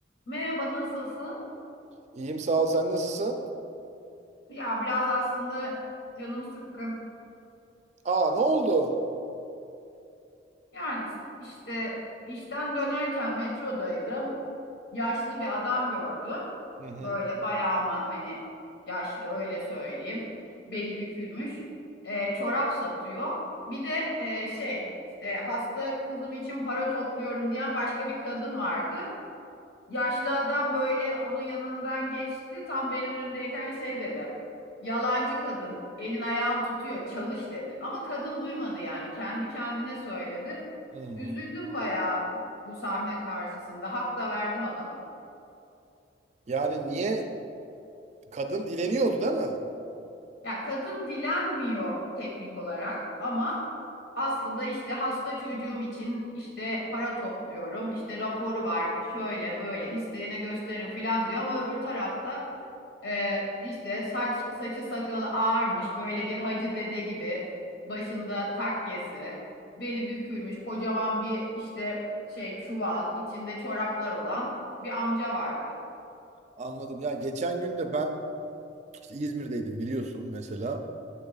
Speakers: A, on the left; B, on the right.
A: Merhaba, nasılsın?
B: İyiyim sağ ol. Sen nasılsın?
A: Ya biraz aslında canım sıkkın.
B: Aa ne oldu?
A: Yani işte işten dönerken metrodaydım. Yaşlı bir adam gördüm.
B: Hı hı.
A: Böyle bayağı ama hani yaşlı öyle söyleyeyim. Beli bükülmüş. Ee, çorap satıyor. Bir de e, şey işte hasta kızım için para topluyorum diyen başka bir kadın vardı. Yaşlı adam böyle onun yanından geçti. Tam benim önümdeyken şey dedi. Yalancı kadın elin ayağın tutuyor çalış dedi. Ama kadın duymadı yani kendi kendine söyledi.
B: hı.
A: Üzüldüm bayağı bu sahne karşısında. Hak da verdim adama.
B: Yani niye kadın dileniyordu değil mi?
A: Ya kadın dilenmiyor teknik olarak ama aslında işte hasta çocuğum için işte para topluyorum, işte raporu vardı, şöyle böyle isteyene gösterin filan diyor ama öbür tarafta e, işte saç saçı sakalı ağarmış, böyle bir hacı dede gibi başında takkesi, beli bükülmüş, kocaman bir işte şey çuval, içinde çoraplar olan bir amca vardı.
B: Anladım. Ya geçen gün de ben işte İzmir'deydim biliyorsun mesela.